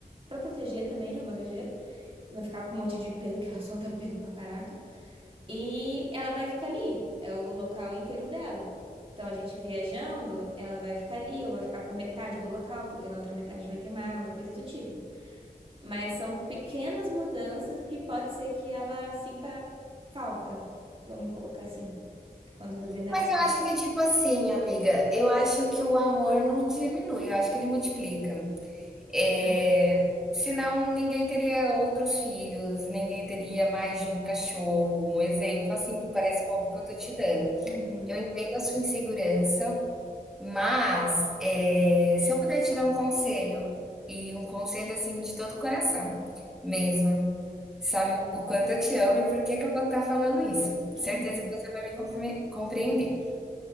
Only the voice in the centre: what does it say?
Mas eu acho que, tipo assim, amiga, eu acho que o amor não diminui, eu acho que ele multiplica. Eh,
senão ninguém teria outros filhos, ninguém teria mais de um cachorro. Um exemplo, assim, parece bobo que eu tô te dando.
Eu entendo a sua insegurança, mas eh, se eu puder te dar um conselho, e um conselho assim de todo o coração mesmo. Sabe o quanto eu te amo e por que que eu vou estar falando isso? Certeza
que você vai me compre- compreender.